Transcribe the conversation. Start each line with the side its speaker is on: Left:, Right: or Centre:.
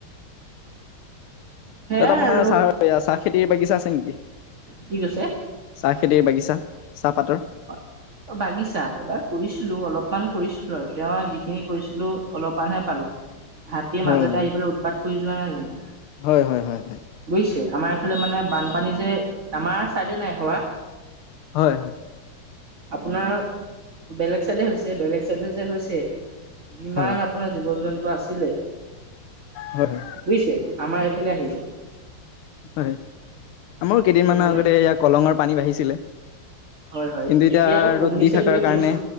Right: সেয়াই
Left: তাত আপোনাৰ
Right: আৰু
Left: চাহ চাহ খেতিৰ বাগিছা আছে নেকি?
Right: কি কৈছে
Left: চাহ খেতি খেতিৰ বাগিচা চাহপাতৰ
Right: হয়, অ, বাগিছা এবাৰ কৰিছিলো অলপমান কৰিছিলো আৰু তেওঁ যিখিনি কৰিছিলো অলপমানহে পালো হাতীয়ে
Left: হয়
Right: মাজতে আহি পাই উৎপাত কৰি যোৱা নাই জানো
Left: হয়, হয়, হয়, হয়,
Right: বুজিছে আমাৰ এইফালে মানে বানপানী যে আমাৰ চাইডে নাই হোৱা
Left: হয়, হয়,
Right: আপোনাৰ বেলেগ চাইডে হৈছে বেলেগ চাইডে যে হৈছে। যিমান
Left: হয়
Right: আপোনাৰ জীৱ জন্তু আছিলে
Left: হয় হয়
Right: বুজিছে আমাৰ খে আহি গল
Left: হয়, আমাৰো কেইদিনমানৰ
Right: মানে
Left: আগতে এ কলঙৰ পানী বাঢ়িছিলে
Right: হয়, হয়,
Left: কিন্তু
Right: এতিয়া আকৌ কমিছে
Left: ৰ'দ দি থকাৰ
Right: বোলে শুনিছো।
Left: কাৰণে